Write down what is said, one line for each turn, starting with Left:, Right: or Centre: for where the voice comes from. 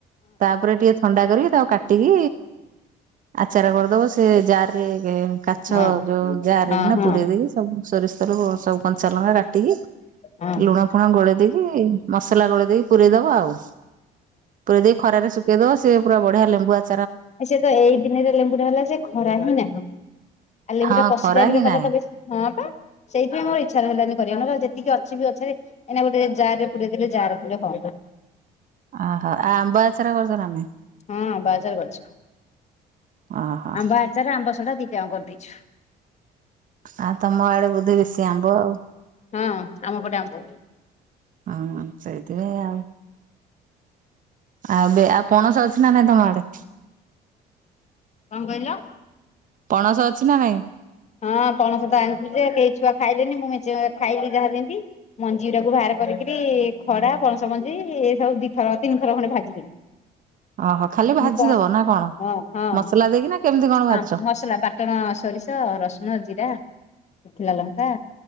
Right: ତାପରେ ଟିକେ ଥଣ୍ଡା କରିକି ତାକୁ କାଟିକି ଆଚାର କରିଦବ ସେ ଜାର ରେ କାଚ
Left: ହଁ।
Right: ଯୋଉ ଜାରେ
Left: ହଁ
Right: କି ନା
Left: ହଁ
Right: ପୁରରେଇ ଦେଇକି ସବୁ ସୋରିଷତେଲ ସବୁ କଞ୍ଚା ଲଙ୍କା କାଟିକି
Left: ହଁ।
Right: ଲୁଣ ଫୁଣ ଗୋଳେଇ ଦେଇକି, ମସଲା ଗୋଳେଇ ଦେଇକି ପୁରରେଇଦବ ଆଉ। ପୁରା ଦେଇ ଖରାରେ ଶୁଖେଇ ଦବ। ସେ ପୁରା ବଢିଆ ଲେମ୍ବୁ ଆଚ
Left: ସେ ତ ଏଇ ଦିନରେ ଲେମ୍ବୁଟା ହେଲା ଯେ, ଖରା ହିଁ ନାହିଁ। ଆ ଲେମ୍ବୁ
Right: ହଁ
Left: ଟା କଷିତା
Right: ଖରା
Left: ବିର
Right: ହିଁ
Left: କଲେ
Right: ନାହିଁ
Left: ତ ବେଶି, ହଁ ପା। ସେଇଥିପାଇଁ ମୋର ଇ୍ଛା ହେଲାନି କରିବା। ନହେଲେ ଯେତିକି ଅଛି ବି ଗଛରେ ଏଇନା ଗୋଟେ ଜାରରେ ପୁରେଇ ଦେଲେ, ଜାରେ ପୁରେ ହଅନ୍ତ।
Right: ଆହା, ଆ-ଆମ୍ବ ଆଚାର କରିଛନା ନାଇଁ?
Left: ହଁ ଆମ୍ବ ଆଚାର କରିଛୁ
Right: ଓହୋ
Left: ଆମ୍ବ ଆଚାର, ଆମ୍ବ ସଢା ଦିଟାଙ୍କୁ କରିଦେଇଛୁ।
Right: ଆଉ, ତମ ଆଡେ ବୋଧେ ବେଶି ଆମ୍ବ ଆଉ।
Left: ହଁ, ଆମ ପଟେ ଆମ୍ବ।
Right: ଆ-ଆ ସେଇଥିରେ ଆଉ। ଆଉ, ଏବେ ଆଉ ପଣସ ଅଛି ନା ନାଇଁ ତମ ଆଡେ?
Left: କଣ କହିଲ?
Right: ପଣସ ଅଛି ନା ନାଇଁ?
Left: ହଁ, ପଣସ ଟା ଆଣିଥିଲି ଯେ, କେହି ଛୁଆ ଖାଇଲେନି। ମୁଁ ମେଞ୍ଚେ ମେଞ୍ଚେ ଖାଇଲିି ଯାହା ଯେଁତି। ମଞ୍ଜି ଗୁରାକୁ ବାହାର କରିକିରି ଖଡା ପଣସ ମଞ୍ଜି ଏ ସବୁ ଦିଥର ତିନିଥର ଖଣ୍ଡେ ଭାଜିିଦେଲି।
Right: ଓହୋ ଖାଲି ଭାଜିଦବ
Left: ମୁଁ କଣ?
Right: ନା
Left: ହଁ ହଁ
Right: ମସଲା ଦେଇକି ନା କେମିତି କଣ
Left: ହଁ
Right: ଭାଜୁଛ
Left: ମସଲା ବାଟ୍ ଟଣ ସୋରିଷ, ରସୁଣ, ଜିରା, ଶୁଖିଲା ଲଙ୍କା,